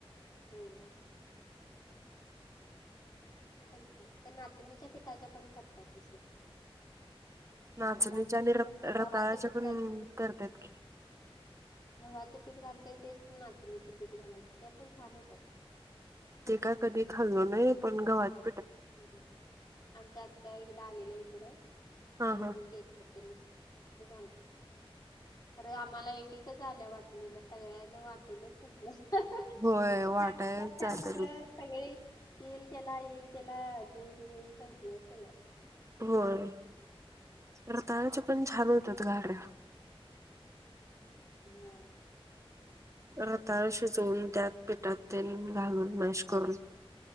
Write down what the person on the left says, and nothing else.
हूं... ते पण छान त्या नाचणीच्या पिठाच्या पण करत्यात तसं.
आता आपण
ते
कसं
गव्हाचं पीठ
घालतोय,
गव्हाचं पीठ घालतोय तेच नाचणीचं पीठ घालायचं त्या पण छान होत्यात.
<unintelligible> आमच्या आत्या एकदा आलेल्या हिकडं त्यावेळी
केलेलं त्यनी. मस्त झालं खरे आम्हांला एक -एकच आल्या वाटणीला सगळ्या ना वाटून संपल्या,
<unintelligible> त्यामुळं
सगळी येईल त्याला येईल त्याला देऊन-देऊन संपल्या सगळ्या.
हं...